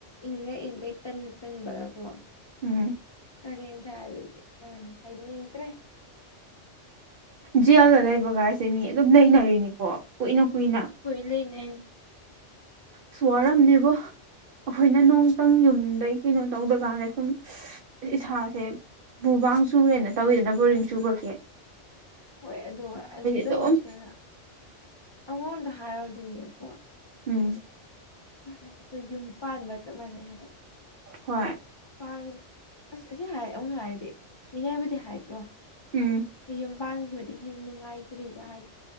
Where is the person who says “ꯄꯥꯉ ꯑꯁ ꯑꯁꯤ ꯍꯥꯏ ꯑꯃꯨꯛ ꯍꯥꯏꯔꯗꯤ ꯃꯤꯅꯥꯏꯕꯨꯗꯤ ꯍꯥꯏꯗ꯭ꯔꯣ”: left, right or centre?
Left